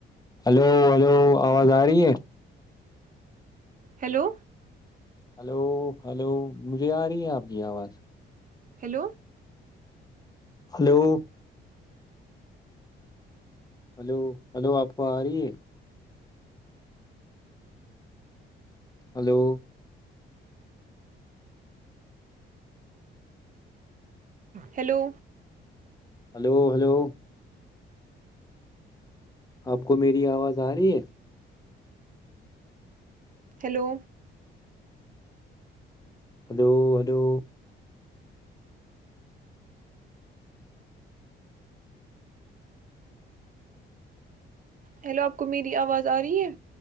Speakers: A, on the left; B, on the right.
A: ہلو ہلو آواز آ رہی ہے
B: ہیلو
A: ہلو ہلو مجھے آ رہی ہے آپ کی آواز
B: ہیلو
A: ہلو ہلو ہلو آپ کو آ رہی ہے ہلو
B: ہیلو
A: ہلو ہلو آپ کو میری آواز آ رہی ہے
B: ہیلو
A: ہلو ہلو
B: ہیلو آپ کو میری آواز آ رہی ہے